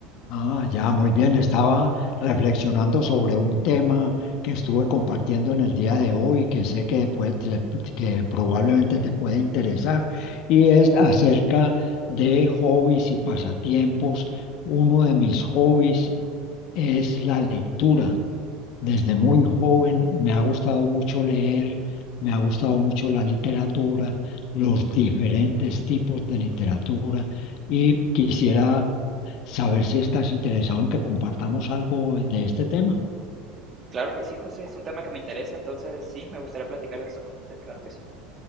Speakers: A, on the left; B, on the right.
A: Ah, ya, muy bien. Estaba reflexionando sobre un tema que estuve compartiendo en el día de hoy, que sé que, puede- te- que probablemente te puede interesar, y es acerca de hobbies y pasatiempos. Uno de mis hobbies es la lectura. Desde
B: Oh,
A: muy joven me ha gustado mucho leer, me ha gustado mucho la literatura, los diferentes tipos de literatura y quisiera saber si estás interesado en que compartamos algo de este tema.
B: claro que sí, José, es un tema que me interesa, entonces sí, me gustaría platicar de esto con usted, claro que sí.